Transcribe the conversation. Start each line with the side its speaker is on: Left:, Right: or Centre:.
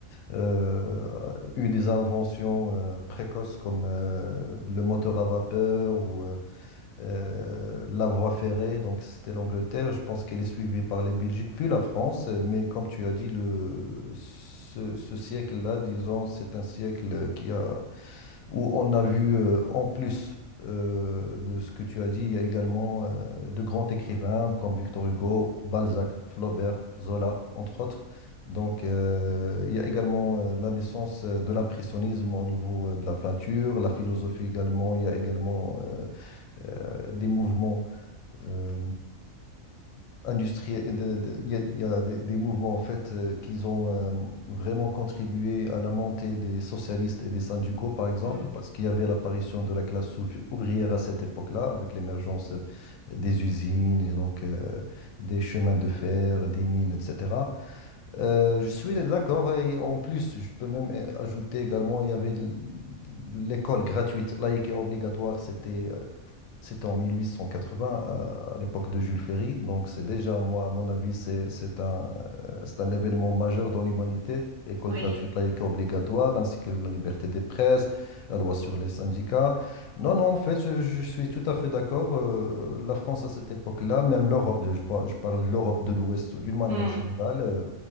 Left: euh, eu des inventions euh, précoces comme euh, le moteur à vapeur ou euh, euh, la voie ferrée, donc c'était l'Angleterre. Je pense qu'elle est suivie par les Belgiques, puis la France. euh, Mais comme tu as dit, le, ce, ce siècle-là, disons, c'est un siècle qui a, où on a vu, euh, en plus euh, de ce que tu as dit, il y a également euh, de grands écrivains comme Victor Hugo, Balzac, Flaubert, Zola, entre autres. Donc, euh, il y a également euh, la naissance euh, de l'impressionnisme au niveau euh, de la peinture, la philosophie également. Il y a également euh, euh, des mouvements euh, industriels, il y a, y a des, des mouvements en fait euh, qui ont euh, vraiment contribué à la montée des socialistes et des syndicaux, par exemple,
Right: Mm.
Left: parce qu'il y avait l'apparition de la classe ouv- ouvrière à cette époque-là, avec l'émergence des usines et donc euh, des chemins de fer, des mines, etc. Euh, je suis d'accord et en plus, je peux même euh, ajouter également, il y avait l- l'école gratuite, laïque et obligatoire, c'était c'était en 1880, à à l'époque de Jules Ferry. Donc, c'est déjà, moi, à mon avis, c'est c'est un, euh, c'est un événement majeur dans l'humanité. École
Right: Oui.
Left: gratuite, laïque et obligatoire, ainsi que la liberté des presses, la loi sur les syndicats. Non, non, en fait, je, je suis tout à fait d'accord. euh, la France, à cette époque-là, même l'Europe, je, par- je parle de l'Europe de l'Ouest d'une manière
Right: Mm.
Left: générale, euh,